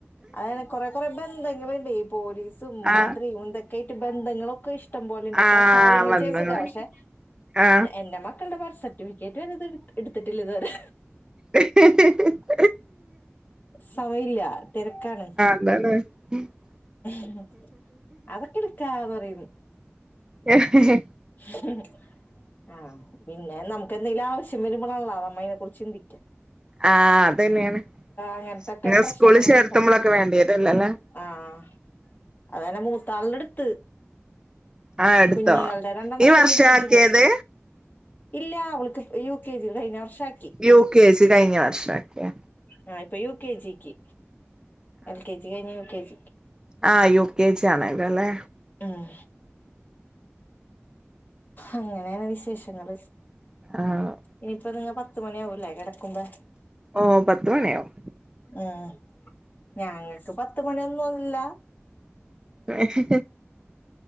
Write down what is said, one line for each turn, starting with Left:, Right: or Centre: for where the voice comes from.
Left: അതന്നെ കൊറെ കുറെ ബന്ധങ്ങളുണ്ട് ഈ പോലീസും
Right: ആ
Left: മന്ത്രിയും എന്തൊക്കെയ ആയിട്ട് ബന്ധങ്ങളൊക്കെ ഇഷ് ഷ്ടം പോലെണ്ടപ്പ
Right: ആ
Left: കാര്യങ്ങൾ
Right: വന്ന്
Left: ചെയ്യാൻ സുഖ
Right: പോയി
Left: പക്ഷെ
Right: ആ
Left: എന്റെ മക്കളുടെ ബർസറ്റ് കേറ്റ് ഇത് എടുത്തിട്ടില്ല. ഇതുവരെ
Right: ഹഹഹ
Left: സമയല്ല തിരക്കാണ്.
Right: <unintelligible>
Left: ഉം അതൊക്കെ എടുക്കാ പറയും.
Right: ഹഹഹാ
Left: ഉം ആഹ് പിന്നെ നമുക്ക് എന്തെങ്കിലും ആവശ്യം വരുമ്പോഴള്ള അത അമ്മ അയ്നെ കുറിച്ച് ചിന്തിക്കാം
Right: ആഹ് അത് തന്നെയാണ്
Left: അങ്ങനത്തൊക്കെ
Right: നിങ്ങ
Left: പ്രശ്നങ്ങൾ
Right: സ്കൂളിൽ ചേർത്തുമ്പോഴൊക്കെ
Left: വരുമ്പോ
Right: വേണ്ടിയതെല്ലല്ലേ?
Left: ആഹ് അതന്നെ മൂത്താാലുടെ എടുത്ത്
Right: ആ എടുത്തോ
Left: കുഞ്ഞികളുടെ രണ്ടെണ്ണത്തിന്റെ
Right: ഈ വർഷം
Left: എടുത്തിട്ടില്ല.
Right: ആക്കിയത്
Left: ഇല്ല അവക്ക് യു കെ ജിയുടെ കഴിഞ്ഞ വർഷം ആക്ക
Right: യൂ കേ ജി കഴിഞ്ഞ വർഷാക്കി.
Left: ആ ഇപ്പോൾ യു കെ ജിക്ക് എൽ കെ ജി കഴിഞ്ഞ് യു കെ ജി
Right: ആഹ് യു കെ ജി ആണല്ലല്ലേ
Left: ഉം അങ്ങനെയാണ് വിശേഷങ്ങൾ
Right: ആഹ്
Left: ഇനിയിപ്പ നിങ്ങ പത്ത് മണിയാവൂല്ലേ കിടക്കുമ്പ?
Right: ഓഹ് പത്ത് മണിയാകും.
Left: ഉം ഞങ്ങൾക്ക് പത്ത് മണിയൊന്നില്ല.
Right: ഞങ്ങൾക്ക്